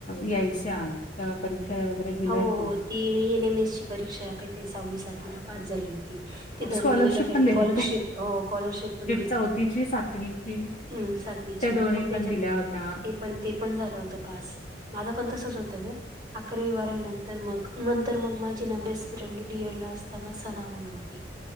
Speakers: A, on the left; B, on the right.
A: यांयचे परीक्षा वगैरें दिल्यांतं
B: हो हो
A: की
B: ती मी एन एम एस ची परीक्षा कांहीं ते सहावी सातवीला पास झालीं होती. ते दरं
A: स्कॉलरशिप
B: महिन्यांला कायं
A: पण
B: ते
A: देत
B: स्कॉलरशिप
A: होते
B: हो स्कॉलरशिप पणं दिली
A: चौथीची सातवीची
B: हम्मं सातवीची
A: त्या दोन्ही
B: मंग त्यांच्यात
A: पण दिल्या होत्या
B: ते पणं ते पणं झालं होतं पास माझं पणं तसंच होतं गं अकरावी बारावीनंतर मंग नंतर मंग माझी नां बेस्ट फ्रेंड डिअर लां असतांना सणां म्हणूंन होती.